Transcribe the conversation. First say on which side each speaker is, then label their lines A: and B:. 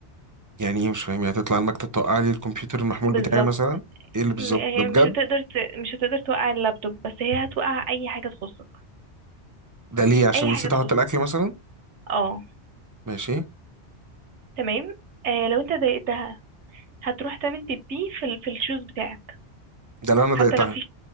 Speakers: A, on the right; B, on the right.
A: يعني ايه مش فاهم يعني تطلع على المكتب توقع لي الكمبيوتر المحمول
B: بالظبط
A: بتاعي مثلا ايه اللي بالظبط
B: م- هي
A: ده بجد
B: مش هتقدر ت... مش هتقدر توقع اللابتوب بس هي هتوقع أي حاجة تخصك
A: ده ليه عشان
B: أي حاجة
A: نسيت
B: تخصك
A: احط الاكل مثلا
B: اه
A: ماشي
B: تمام آه لو انت ضايقتها هتروح تعمل بيبي في ال... في الشوز بتاعك
A: ده لو انا
B: حتى
A: ضايقتها
B: لو في